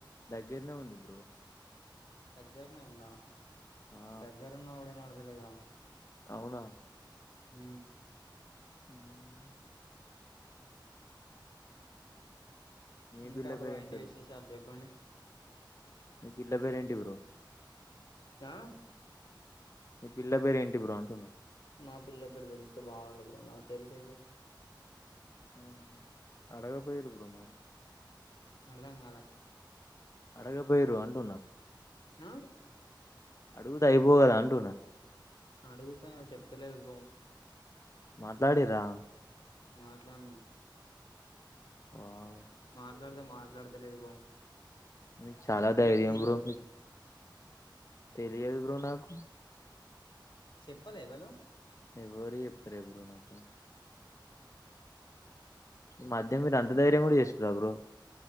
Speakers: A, on the left; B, on the left.
A: దగ్గరనే ఉంది బ్రో
B: దగ్గరనే ఉందా
A: ఆ
B: దగ్గరు ఉన్నాగూడా ఇనబడదలేదుగా
A: అవునా
B: ఉ
A: ఉమ్ మీ
B: ఇంకా
A: పిల్ల
B: బ్రో
A: పేరు ఏం
B: ఏంటి
A: పేరు
B: విశేషాలు
A: బ్రో
B: చెప్పండి
A: మీ పిల్ల పేరు ఏంటి బ్రో
B: ఆ
A: మీ పిల్ల పేరు ఏంటి బ్రో అంటున్నా
B: మా పిల్ల పేరు తెలుస్త బాగుండు బ్రో నాకు తెలిపగా
A: ఉ అడగపోయిరు బ్రో మరి
B: అర్థం గాలే
A: అడగక పోయిరు అంటున్నా
B: ఆ
A: అడిగుతే అయిపో గదా అంటున్న
B: అడుగుతా చెప్తలేదు బ్రో
A: మాట్లాడి రా
B: మాట్లాడనామ్
A: వావ్
B: మాట్లాడితే మాట్లాడతలేదు బ్రో
A: మీకు చాలా ధైర్యం
B: మీకు తెలవ
A: బ్రో తెలియదు బ్రో నాకు
B: చెప్పలే వాళ్ళు
A: ఎవ్వరు చెప్పలే బ్రో నాకు ఈ మధ్య మీరు అంత ధైర్యం గూడా చేసిన్రా బ్రో